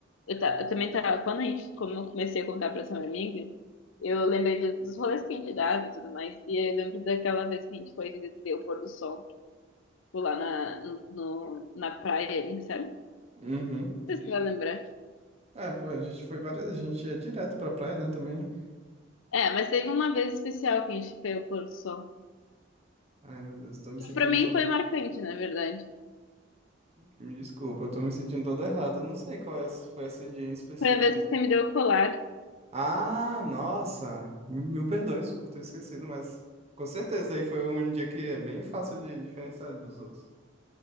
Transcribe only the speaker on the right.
Uhum.
Ah, pô, a gente foi várias, a gente ia direto pra praia, né, também.
Ai, meu Deus, tô me
sentindo,
tô...
Me desculpa, eu tô me sentindo todo errado, eu não sei qual é, essa- foi esse dia em específico.
Ah, nossa! Mil, mil perdões por ter esquecido, mas com certeza aí foi um dia que é bem fácil de diferenciar dos outros.